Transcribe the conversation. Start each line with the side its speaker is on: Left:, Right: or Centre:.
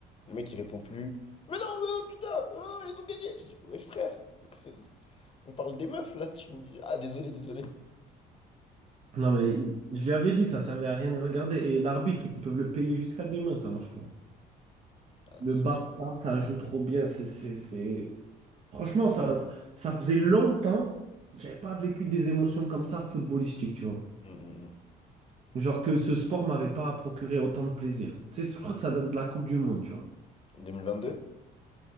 Left: le mec, il répond plus. Mais non, mais oh, putain, oh non, ils ont gagné. Je dis, wesh, frère, <laughs> on parle des meufs, là. Tu me dis, ah, désolé, désolé.
Right: Non, mais je lui avais dit, ça servait à rien de regarder. Et l'arbitre, ils peuvent le payer jusqu'à demain, ça marche pas.
Left: Ah,
Right: Le
Left: si.
Right: Barça, ça joue trop bien. C'est, c'est, c'est... Franchement, ça, ça faisait longtemps que j'avais pas vécu des émotions comme ça footballistiques, tu vois.
Left: Mm, mm,
Right: Genre que ce sport m'avait pas procuré autant de plaisir. Tu sais, je crois que ça date de la Coupe du Monde, tu vois.
Left: mm. 2022?